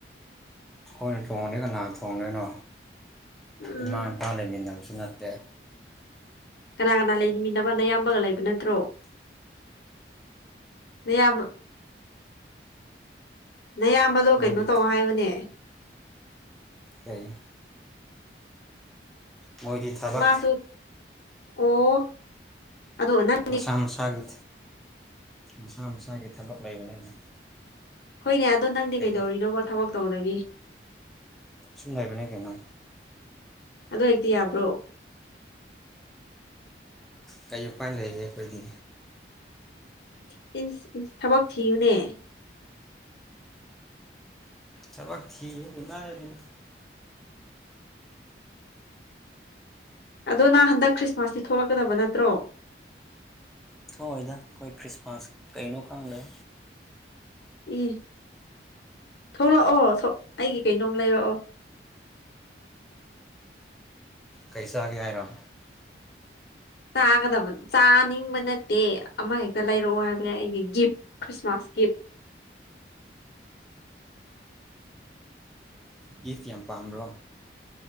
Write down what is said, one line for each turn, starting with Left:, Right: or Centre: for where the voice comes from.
Centre: ꯑꯩꯈꯣꯏꯅ ꯊꯣꯡꯗ꯭ꯔꯗꯤ ꯀꯅꯥꯅ ꯊꯣꯡꯗꯣꯏꯅꯣ
Left: ꯎꯝ
Centre: ꯏꯃꯥ ꯏꯄꯥ ꯂꯩꯃꯤꯟꯅꯕꯁꯨ ꯅꯠꯇꯦ
Left: ꯀꯅꯥ ꯀꯅꯥ ꯂꯩꯃꯤꯟꯅꯕ ꯑꯌꯥꯝꯕꯒ ꯂꯩꯕ ꯅꯠꯇ꯭ꯔꯣ ꯅꯌꯥꯝꯕ ꯅꯌꯥꯝꯕꯗꯣ
Centre: ꯃꯣꯏꯗꯤ
Left: ꯀꯩꯅꯣ ꯇꯧ ꯍꯥꯏꯌꯣꯅꯦ
Centre: ꯀꯩ ꯃꯣꯏꯗꯤ ꯊꯕꯛ
Left: ꯃꯥꯁꯨ ꯑꯣ ꯑꯗꯣ ꯅꯪ
Centre: ꯃꯁꯥ ꯃꯁꯥꯒꯤ ꯃꯁꯥ ꯃꯁꯥꯒꯤ ꯊꯕꯛ ꯂꯩꯕꯅꯤꯅ
Left: ꯍꯣꯏꯅꯦ ꯑꯗꯣ ꯅꯪꯗꯤ
Centre: ꯀꯩ
Left: ꯀꯩꯗꯧꯔꯤꯅꯣꯕ ꯊꯕꯛ ꯇꯧꯗꯒꯤ
Centre: ꯁꯨꯝ ꯂꯩꯕꯅꯦ ꯀꯩꯅꯣ
Left: ꯑꯗꯨ ꯍꯦꯛꯇ ꯌꯥꯕ꯭ꯔꯣ
Centre: ꯀꯔꯤ ꯃꯄꯥꯏ ꯂꯩꯒꯦ ꯑꯩꯈꯣꯏꯗꯤ
Left: <unintelligible> ꯊꯕꯛ ꯊꯤꯌꯨꯅꯦ
Centre: ꯊꯕꯛ ꯊꯤꯕꯕꯨ ꯏꯃꯥꯏ ꯄꯦꯃ
Left: ꯑꯗꯣ ꯅꯪ ꯍꯟꯗꯛ ꯈ꯭ꯔꯤꯁꯃꯥꯁꯇꯤ ꯊꯣꯛꯂꯛꯀꯗꯕ ꯅꯠꯇ꯭ꯔꯣ
Centre: ꯊꯣꯛꯑꯣꯏꯗ ꯑꯩꯈꯣꯏ ꯈ꯭ꯔꯤꯁꯃꯥꯁ ꯀꯩꯅꯣ ꯈꯪꯗꯦ
Left: ꯏ ꯊꯣꯛꯂꯛꯑꯣ ꯑꯩꯒꯤ ꯀꯩꯅꯣꯝ ꯂꯩꯔꯛꯑꯣ
Centre: ꯀꯩ ꯆꯥꯒꯦ ꯍꯥꯏꯔꯣ
Left: ꯆꯥꯒꯗꯕ ꯆꯥꯅꯤꯡꯕ ꯅꯠꯇꯦ ꯑꯃꯍꯦꯛꯇ ꯂꯩꯔꯛꯑꯣ ꯍꯥꯏꯕꯅꯦ ꯑꯩꯒꯤ ꯒꯤꯐ ꯈ꯭ꯔꯤꯁꯃꯥꯁꯀꯤ ꯒꯤꯐ
Centre: ꯒꯤꯐ ꯌꯥꯝ ꯄꯥꯝꯕ꯭ꯔꯣ